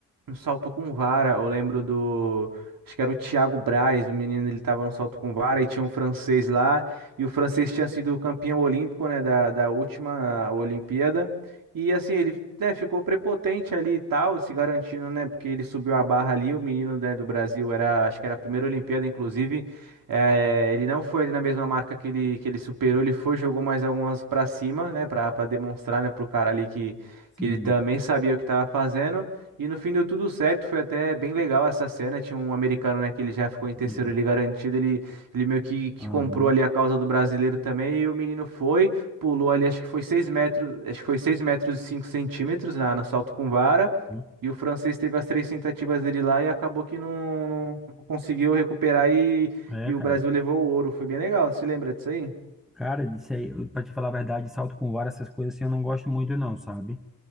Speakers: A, on the right; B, in the centre.
A: um salto com vara. Eu lembro do. Acho que era o Thiago Braz, o menino, ele tava no salto com vara e tinha um francês lá. E o francês tinha sido campeão olímpico, né, da, da última Olimpíada. E assim, ele, né, ficou prepotente ali e tal, se garantindo, né, porque ele subiu a barra ali. O menino, né, do Brasil era, acho que era a primeira Olimpíada, inclusive. eh, ele não foi ali na mesma marca que ele, que ele superou, ele foi, jogou mais algumas pra cima, né, pra, pra demonstrar, né, pro cara ali que,
B: Sim,
A: que ele também sabia o que tava fazendo. E no fim deu tudo certo, foi até bem legal essa cena. Tinha um americano, né, que ele já ficou em terceiro
B: sim.
A: ali garantido. Ele ele meio que, que
B: Aham.
A: comprou ali a causa do brasileiro também, e o menino foi, pulou ali, acho que foi 6 metros, acho que foi 6 metros e 5 centímetros na, na salto com vara.
B: Hum.
A: E o francês teve as três tentativas dele lá e acabou que não, não não conseguiu recuperar e,
B: É,
A: e
B: é,
A: o
B: cara.
A: Brasil levou o ouro. Foi bem legal, você lembra disso aí?
B: Cara, isso aí, eu- pra te falar a verdade, salto com vara, essas coisas assim, eu não gosto muito, não, sabe?